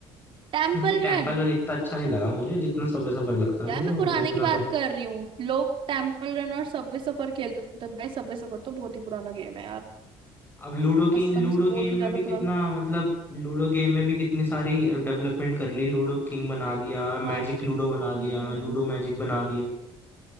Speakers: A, on the right; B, on the left.
A: temple
B: नहीं टेम्पल
A: run
B: रन इतना अच्छा नहीं लगा मुझे जितना सबवे सफर लगता है
A: यार
B: मुझे
A: मैं
B: और
A: पुराने
B: इतना
A: की बात
B: तो
A: कर रही हूँ लोग टेम्पल रन और सबवे सफर खेलते थे भाई सबवे सफर तो बहुत ही पुराना गेम है यार
B: अब लूडो की
A: कसम
B: लूडो
A: से बहुत
B: गेम
A: ही ज्यादा
B: में भी कितना
A: पुराना
B: मतलब लूडो गेम में भी कितनी सारी डेवलपमेंट कर ली लूडो किंग बना दिया
A: हाँ
B: मैजिक लूडो बना
A: हम्म
B: दिया लूडो मैजिक बना दिया